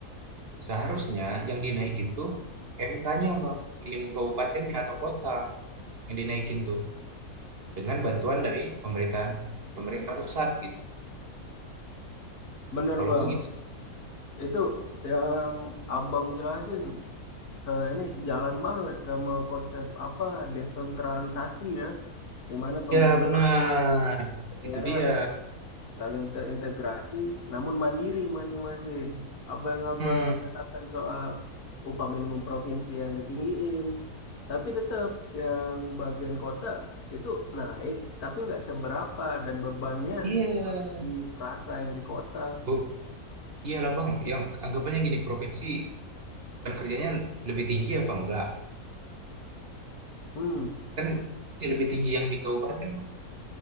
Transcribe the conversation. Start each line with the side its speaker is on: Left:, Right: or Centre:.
Right: Seharusnya yang dinaikin tuh UMK-nya, Bang, minimum kabupatennya atau kota yang dinaikin tuh dengan bantuan dari pemerintahan pemerintah pusat gitu.
Left: bener
Right: Kalau
Left: bang.
Right: aku gitu.
Left: Itu yang abang jelasin eh, ini sejalan banget sama konsep apa desentralisasi ya, di mana pemerintah
Right: Iya, benar. Itu
Left: daerah
Right: dia.
Left: saling terintegrasi namun mandiri masing-masing. Apa yang abang
Right: Hmm,
Left: katakan soal upah minimum provinsi yang ditinggiin, tapi tetap yang bagian kota itu naik, tapi nggak seberapa dan bebannya
Right: iya.
Left: di perasa yang di kota.
Right: Bu- iyalah, Bang, yang anggapannya gini provinsi beban kerjanya lebih tinggi apa enggak?
Left: Hmm,
Right: Kan pasti lebih tinggi yang di kabupaten, Bang.